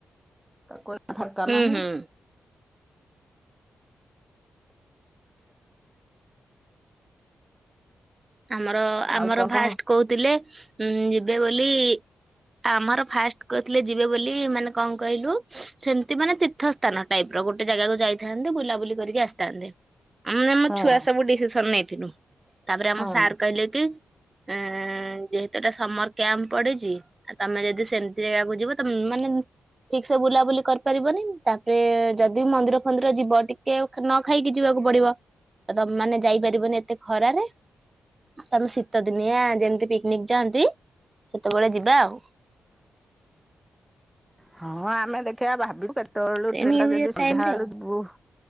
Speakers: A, in the centre; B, on the right.
A: ତା କିଲ ଫଟ
B: ହୁଁ
A: ନାହିଁ।
B: ହୁଁ
A: <inaudible>
B: ଆମର ଆମର
A: ଆଉ କଣ
B: ଫାଷ୍ଟ
A: କହ
B: କହୁଥିଲେ ହୁଁ। ଏବେ ବୋଲି ଆମର ଫାଷ୍ଟ କରିଥିଲେ ଯିବେ ବୋଲି ମାନେ କଣ କହିଲୁ ସେମିତି ମାନେ ତୀର୍ଥସ୍ଥାନ ଟାଇପ ର ଗୋଟେ ଜାଗାକୁ ଯାଇଥାନ୍ତେ ବୁଲାବୁଲି କରିକି ଆସିଥାନ୍ତେ। ଆମ ଆମ
A: ହଁ
B: ଛୁଆ ସବୁ ଡିସିସନ ନେଇଥିଲୁ ତାପରେ ଆମ
A: ହଁ
B: ସାର କିଲ କି ଉଁ ଯେହେତୁଟା ସମର୍ କ୍ୟାମ୍ ପଡିଛି ଆଉ ତମେ ଯଦି ସେମିତି ଜାଗାକୁ ଯିବ ତମେ ମାନେ ଠିକ ସେ ବୁଲାବୁଲି କରିପାରିବନି ତାପରେ ଯଦି ମନ୍ଦିର ଫନ୍ଦିର ଯିବ ଟିକେ ଖାଇକି ଯିବାକୁ ପଡ଼ିବ। ତ ତମେମାନେ ଯାଇପାରିବନି ଏତେ। ଖରାରେ। ତମେ ଶୀତ ଦିନିଆ ଯେମିତି ପିକନିକ ଯାଆନ୍ତି ସେତେବେଳେ ଯିବା ଆଉ।
A: ହଁ ଆମେ ଦେଖିବା ଭାବିବୁ କେ ତଳୁ
B: ସେ
A: ଟ୍ରେଣ୍ଡା
B: ନିଉ
A: ଯଦି
B: ଇୟର
A: ସନ୍ଧ୍ୟା
B: ଟାଇମ ରେ
A: ବେଳେ
B: ଆଉ
A: ଯିବୁ